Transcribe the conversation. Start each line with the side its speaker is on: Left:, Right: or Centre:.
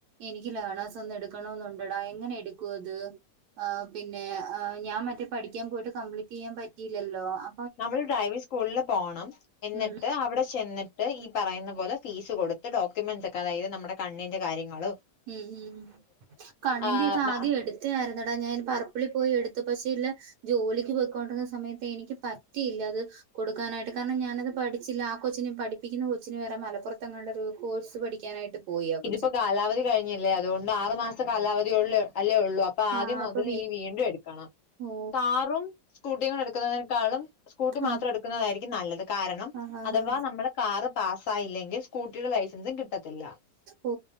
Right: എനിക്ക് ലേണാസ് ഒന്ന് എടുക്കണം ന്നുണ്ടടാ എങ്ങനെ എടുക്കും അത് ആ പിന്നെ അ ഞാൻ മറ്റേ പഠിക്കാൻ പോയിട്ട് കംപ്ലീറ്റ് ചെയ്യാൻ പറ്റിയില്ലല്ലോ അ
Left: നമ്മള് ഡ്രൈവിംഗ് സ്കൂളിൽ പോകണം എന്നിട്ട്
Right: ഉം
Left: അവിടെ ചെന്നിട്ട് ഈ പറയുന്ന പോലെ ഫീസ് കൊടുത്ത് ഡോക്യൂമെന്റ്സ് ഒക്കെ അതായത് നമ്മുടെ കണ്ണിന്റെ കാര്യങ്ങള്
Right: ഉം ഉം കണ്ണിന്റെയൊക്കെ
Left: ആഹ്
Right: ആദ്യം എട് കത്യായിരുന്നുടാ ഞാൻ പാറപ്പിളി പോയി എടുത്ത് പക്ഷേ ജോലിക്ക് പോയ്ക്കൊണ്ടിരുന്ന സമയത്ത് എനിക്ക് പറ്റിയില്ല അത് കൊടുക്കാനായിട്ട് കാരണം ഞാനത് പഠിച്ചില്ല. ആ കൊച്ചിനെ പഠിപ്പിക്കുന്ന കൊച്ചിന് വേറെ മലപ്പുറ എങ്ങാണ്ടൊരു കോഴ്സ് പഠിക്കാനായിട്ട് പോയി ആ
Left: ഇതിപ്പോ
Right: കൊച്ച്
Left: കാലാവധി കഴിഞ്ഞില്ലേ അതുകൊണ്ട് ആറു മാസം കാലാവധി ഉള്ള അല്ലേ ഉള്ളൂ അപ്പൊ ആദ്യം
Right: ആഹ് അപ്പൊ
Left: മുതൽ ഇനി വീണ്ടും എടുക്കണം.
Right: ഓ
Left: കാറും സ്കൂട്ടിയും എടുക്കുന്നതിനെക്കാളും സ്കൂട്ടി മാത്രം
Right: ആഹ്
Left: എടുക്കുന്നതായിരിക്കും നല്ലത്. കാരണം-
Right: ആഹ് ആഹ്
Left: അഥവാ നമ്മള് കാറ് പാസായില്ലെങ്കിൽ സ്കൂട്ടിയുടെ ലൈസൻസും കിട്ടത്തില്ല.
Right: ഓ